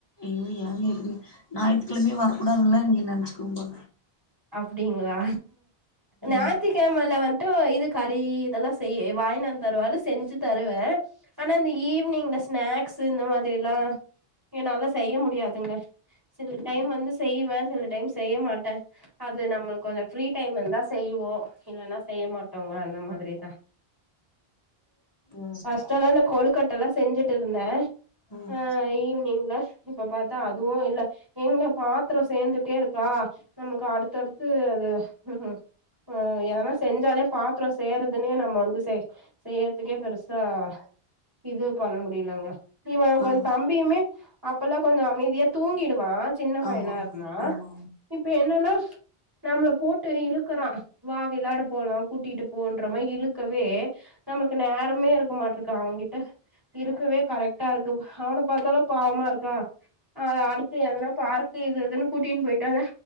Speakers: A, on the left; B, on the right.
A: ஐயோ ஏங்க இப்டி ஞாயித்தி கிழமயே வரக்கூடாதுல்ல இங்க நினைச்சுக்கோபா
B: அப்டிங்களா ஞாயாத்திக்கிழமை
A: ம்
B: ல ட்டோ இது கறி இதெல்லாம் செய்ய வாங்கினான் தருவாார் செஞ்சு தருவேன் ஆனால் அந்த ஈவினிங்ல ஸ்நாக்ஸ் இந்த மாதிரிலாம் என்னால தான் செய்ய முடியாதுங்க சில டைம் வந்து செய்வேன் சில டைம் செய்ய மாட்டேன் அது நம்மளு கொஞ்சம் ஃப்ரீ டைம் இருந்தா செய்வோம் இல்லன்னா செய்ய மாட்டோங்க அந்த மாதிரிதான்
A: ம்
B: பர்ஸ்ட் எல்லா இந்த கொழுக்கட்ட எல்லாம் செஞ்சுட்டு இருந்தேன்
A: ம்
B: ஆஹ் ஈவினிங்ல இப்ப பாத்தா அதுவும் இல்ல எங்க பாத்திரம் சேர்ந்துட்டே இருக்கா நமக்கு அடுத்தடுத்து அது ம் எதனா செஞ்சாலே பாத்திரம் செய்றதுன்னே நம்ம வந்து செய் செய்யறதுக்கே பெருசா இது பண்ண முடியலங்க இவ கொ
A: ஆ
B: தம்பியுமே அப்பல்லாம் கொஞ்சம் அமைதியா தூங்கிடுவான் சின்ன பையனா
A: ஆமா ஆமா
B: இருந்தா
A: ஆமா
B: இப் ப என்னன்னா நம்மள போட்டு இழுக்கறான் வா விளாட போலாம் கூட்டிட்டு போன்ற மாரி இழுக்கவே நம்மக்கு நேரமே இருக்க மாட்டே இருக்க அவன்கிட்ட இருக்கவே கரெக்டா இருக்கு அவன பாத்தாலும் பாவமா இருக்கா அடுத்து எதனா பார்க்கு இது எதுன்னு கூட்டின்னு போயிட்டா